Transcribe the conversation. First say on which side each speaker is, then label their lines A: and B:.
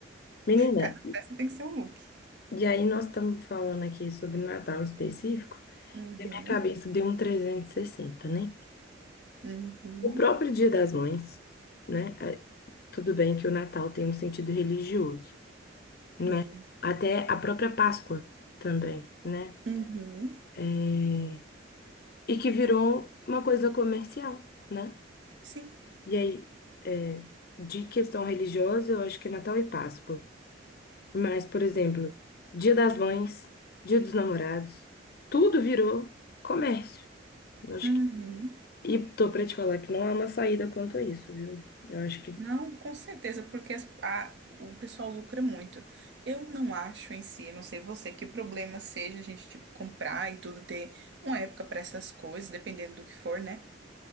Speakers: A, on the left (about 55°); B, on the right (about 65°).
A: Menina,
B: cada festa tem que ser um look.
A: e aí nós estamos falando aqui sobre Natal em específico,
B: Uhum,
A: e minha cabeça deu um 360, né?
B: uhum,
A: O próprio Dia das Mães, né? É, Tudo bem que o Natal tem um sentido religioso, né?
B: sim,
A: Até a própria Páscoa também, né?
B: uhum,
A: É, E que virou uma coisa comercial, né?
B: sim.
A: E aí, é, de questão religiosa, eu acho que é Natal e Páscoa. Mas, por exemplo, Dia das Mães, Dia dos Namorados, tudo virou comércio. Eu acho
B: Uhum.
A: que... E tô pra te falar que não há uma saída quanto a isso, viu? Eu acho que.
B: Não, com certeza, porque as- a- o pessoal lucra muito. Eu não acho em si, eu não sei você, que o problema seja a gente, tipo, comprar e tudo, ter uma época para essas coisas, dependendo do que for, né?